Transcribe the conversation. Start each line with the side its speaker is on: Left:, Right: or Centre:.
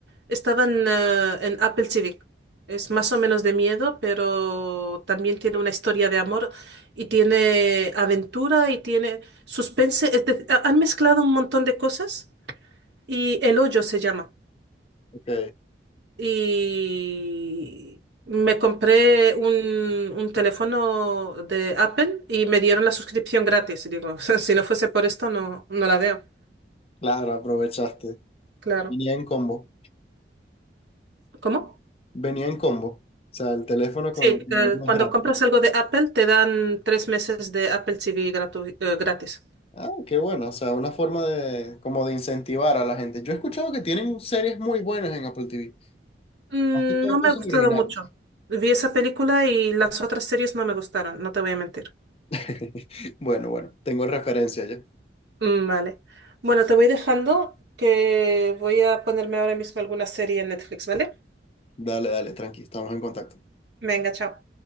Right: estaba en, eh, en Apple TV. Es más o menos de miedo, pero también tiene una historia de amor y tiene aventura y tiene suspense. Es de- ha- han mezclado un montón de cosas y El Hoyo se llama.
Left: Ok,
Right: Y me compré un, un teléfono de Apple y me dieron la suscripción gratis. Y Digo, <laughs> si no fuese por esto, no, no la veo.
Left: claro, aprovechaste.
Right: Claro.
Left: Venía en combo,
Right: ¿Cómo?
Left: venía en combo, o sea, el teléfono
Right: Sí,
Left: con con
Right: eh,
Left: más
Right: cuando
Left: gratis.
Right: compras algo de Apple te dan tres meses de Apple TV gratu- eh, gratis.
Left: Ah, qué bueno, o sea, una forma de, como de incentivar a la gente. Yo he escuchado que tienen series muy buenas en Apple TV,
Right: Mm,
Left: más que todo
Right: No me
Left: cosas
Right: ha gustado
Left: originales.
Right: mucho. Vi esa película y las otras series no me gustaron, no te voy a mentir.
Left: <laughs> Bueno, bueno, tengo referencia ya.
Right: Mm, Vale. Bueno, te voy dejando que voy a ponerme ahora mismo alguna serie en Netflix, ¿vale?
Left: Dale, dale, tranqui, estamos en contacto.
Right: Venga, chao.